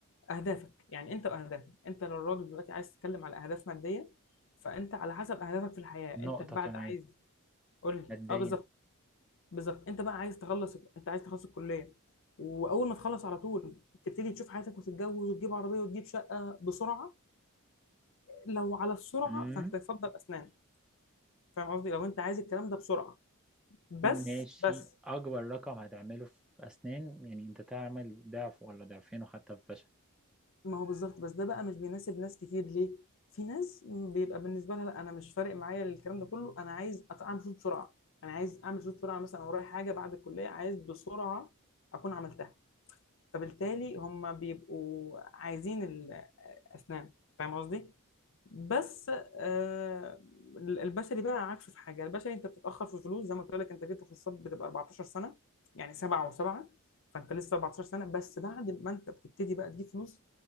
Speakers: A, on the left; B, in the centre.
A: اهدافك يعني انت واهدافك انت لو الراجل دلوقتي عايز تتكلم على اهداف ماديه فانت على حسب اهدافك في الحياه
B: نقطة
A: انت بعد
B: كمان
A: عايز قول لي
B: ماديا
A: اه بالظبط بالظبط انت بقى عايز تخلص انت عايز تخلص الكليه واول ما تخلص على طول تبتدي تشوف حياتك وتتجوز وتجيب عربيه وتجيب شقه بسرعه لو على السرعه
B: امم
A: فانت يفضل اسنان فاهم قصدي لو انت عايز الكلام ده بسرعه بس
B: ماشي
A: بس
B: اكبر رقم هتعمله في اسنان يعني انت تعمل ضعف ولا ضعفين وحتى في بشر
A: ما هو بالظبط بس ده بقى مش بيناسب ناس كتير ليه في ناس بيبقى بالنسبه لها لا انا مش فارق معايا الكلام ده كله انا عايز أت- اعمل فلوس بسرعه انا عايز اعمل فلوس بسرعه مثلا ورايا حاجه بعد الكليه عايز بسرعه اكون عملتها فبالتالي هم بيبقوا عايزين اسنان فاهم قصدي بس آه البشري بقى عكسه في حاجه البشري انت بتتاخر في الفلوس زي ما قلت لك انت جبت كورسات بتبقى 14 سنه يعني سبعه وسبعه فانت لسه 14 سنه بس بعد ما انت بتبتدي بقى تجيب فلوس